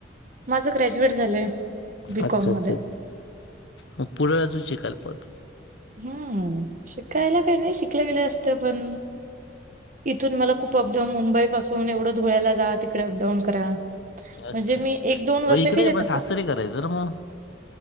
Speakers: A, on the right (about 45°); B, on the left (about 75°).
A: माझं ग्रॅज्युएट झालंय बी
B: अच्छा
A: कॉम
B: अच्छा.
A: मध्ये.
B: मग पुढे अजून शिकायला पायजे व्हत.
A: हम्म शिकायला काय नाही शिकले गेले असते पण इथून मला खूप अपडाऊन मुंबई पासून एवढं धुळ्याला जा तिकडे अपडाऊन करा.
B: अच्छा
A: म्हणजे मी एक, दोन वर्ष
B: मग इकडे
A: केले
B: पण
A: तस.
B: सासरी करायचं ना मग.